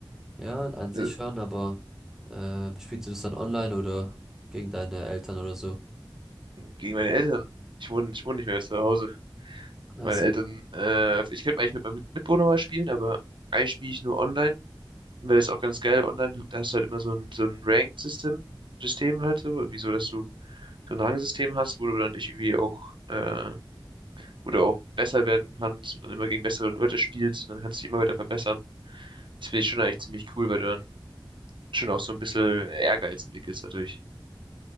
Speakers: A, in the centre; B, on the right.
A: Ja, an sich
B: Äh,
A: schon, aber ähm, spielst du das dann online oder gegen deine Eltern oder so?
B: gegen meine Eltern. Ich wohne, ich wohne nicht mehr zu Hause.
A: Achso.
B: Meine Eltern, äh, ich könnte eigentlich mit meinem Mitbewohner mal spielen, aber eigentlich spiele ich nur online, weil das ist auch ganz geil online. Da hast du halt immer so ein, so ein Ranked-System, System halt so, irgendwie so, dass du so ein Rangsystem hast, wo du dann dich irgendwie auch, äh, wo du auch besser werden kannst und dann immer gegen bessere Leute spielst und dann kannst du dich immer weiter verbessern. Das finde ich schon eigentlich ziemlich cool, weil du dann schon auch so ein bisschen Ehrgeiz entwickelst dadurch.